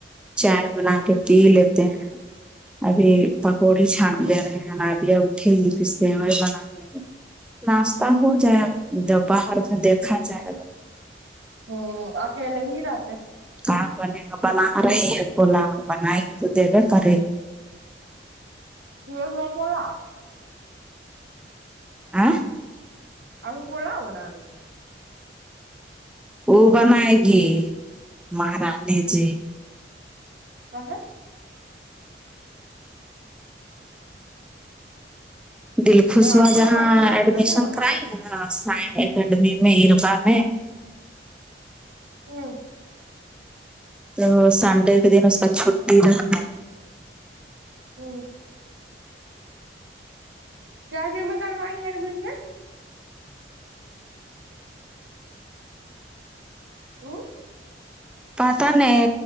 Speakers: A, in the centre; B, on the right (about 80°).
A: چائے بنا کے پی لیتے ہیں ابھی پکوڑی چھان
B: ہ
A: لے رہے ہیں رادیاں اٹھیں گی پھر سوائی بنا دیں گے ناشتہ ہو جائے گا ج باہر میں دیکھا جائے گا
B: ہ اکیل ہی را
A: کام بنے گا بنا رہی ہے پلا بنیں گے تو دے گا کرے گی
B: ر ر پڑا
A: آ
B: ا پولا ہوناے
A: وہ بنائے گی مہارانی جی
B: کہاں
A: دل خوشوا
B: آٹو
A: جہاں
B: واج ناشتہ
A: ایڈمیشن
B: نہیں بنا
A: کرائی
B: دے
A: ہے نا ہ سائن اکاڈمی میں اکام
B: ہوں
A: تو سنڈے کے دن اس کا چھٹی رہتا ہے
B: ہو ج مگر وہائ مجے ہ
A: پتہ نہیں